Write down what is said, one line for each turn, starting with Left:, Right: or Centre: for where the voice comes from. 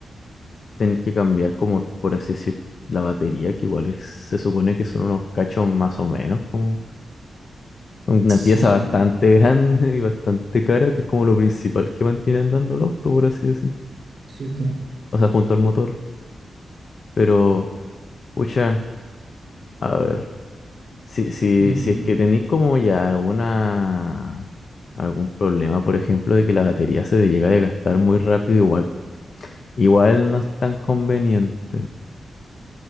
Left: tener que cambiar como, por así decir, la batería, que igual es- se supone que son unos cachos más o menos, como una
Right: Sí,
Left: pieza bastante <laughs> grande y bastante cara, que es como lo principal que mantiene andando el auto, por así decir.
Right: sí, pu-
Left: O sea, junto al motor. Pero, pucha, a ver, si, si,
Right: mm,
Left: si es que tenéis como ya alguna algún problema, por ejemplo, de que la batería se llega a desgastar muy rápido, igual Igual no es tan conveniente,